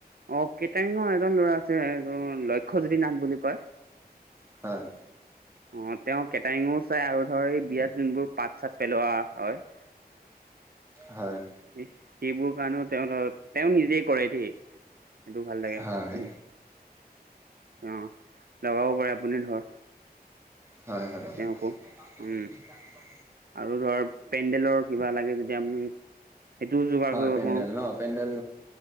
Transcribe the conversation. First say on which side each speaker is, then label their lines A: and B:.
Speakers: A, on the right; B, on the right.
A: অ', কেটাৰিঙৰ এজন ল'ৰা আছে, লক্ষ্যজ্যোতি নাথ বুলি কয়।
B: হয়।
A: অ', তেওঁ কেটাৰিঙো চাই আৰু ধৰ এই বিয়াত যোনবোৰ পাট চাট পেলোৱা হয়
B: হয়
A: সেইবোৰ কাৰণে তেওঁ তেওঁ নিজেই কৰে দেই। সেইটোও ভাল লাগে,
B: হয়
A: উম। অ', লগাব পাৰে আপুনি ধৰ।
B: হয় হয়। <unintelligible>
A: তেওঁকো উম আৰু ধৰ পেণ্ডেলৰ কিবা লাগে যেতিয়া আমি সেইটোও যোগাৰ
B: হয়
A: কৰিব
B: পেণ্ডেল
A: পাৰোঁ।
B: ন পেণ্ডেল